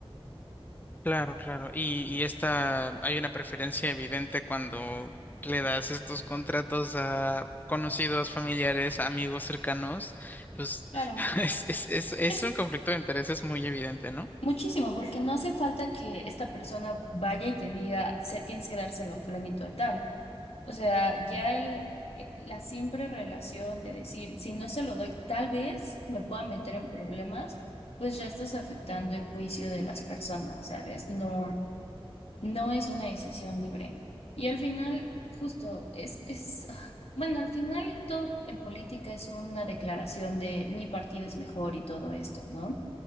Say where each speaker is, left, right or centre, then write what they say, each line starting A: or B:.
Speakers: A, on the left; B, on the left.
A: Claro, claro. Y, y esta, hay una preferencia evidente cuando le das estos contratos a conocidos, familiares, amigos cercanos, pues
B: Claro,
A: <laughs> es, es, es, es
B: es
A: un conflicto de intereses muy evidente, ¿no?
B: muchísimo, porque no hace falta que esta persona vaya y te diga, "Se- tienes que dárselo a fulanito de tal. O sea, ya el, eh, la siempre relación de decir, si no se lo doy, tal vez me pueda meter en problemas, pues ya estás afectando el juicio de las personas, ¿sabes? No, no es una decisión libre. Y al final, justo, es, es, ah, bueno, al final todo en política es una declaración de mi partido es mejor y todo esto, ¿no?